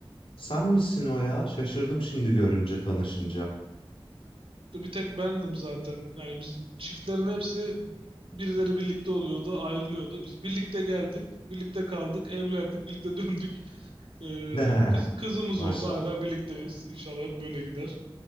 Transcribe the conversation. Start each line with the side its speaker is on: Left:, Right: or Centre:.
Left: Sen misin o ya? Şaşırdım şimdi görünce tanışınca.
Right: Bir tek bendim zaten. Yani biz çiftlerin hepsi birileri birlikte oluyordu, ayrılıyordu. Biz birlikte geldik, birlikte kaldık, evlendik, birlikte <laughs> döndük. Ee,
Left: <laughs>
Right: kız, kızımız
Left: Maşallah.
Right: oldu, hala birlikteyiz. İnşallah hep böyle gider.